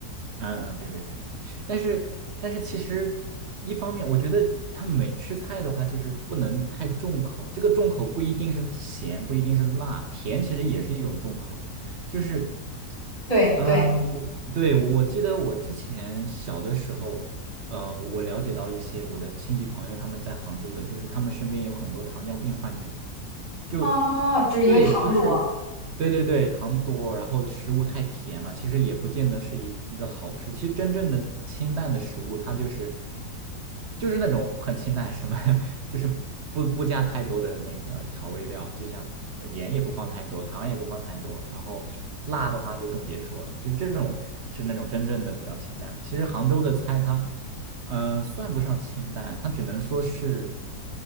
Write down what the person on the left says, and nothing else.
对对
啊，就是因为糖多，